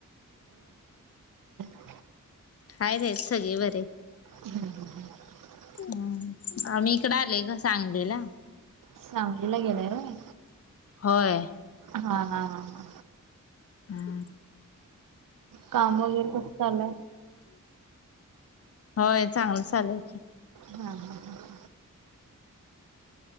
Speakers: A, on the right; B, on the left.
A: <unintelligible>
B: आहेत, आहेत सगळे बरी आहेत
A: <unintelligible>
B: हम आम्ही इकड आलोय ग सांगलीला
A: सांगलीला गेलाय होय
B: होय
A: हा, हा, हा, हा
B: हम्म
A: काम वगैरे कसं चाललय
B: होय चांगलं चालुय
A: हा हा हा.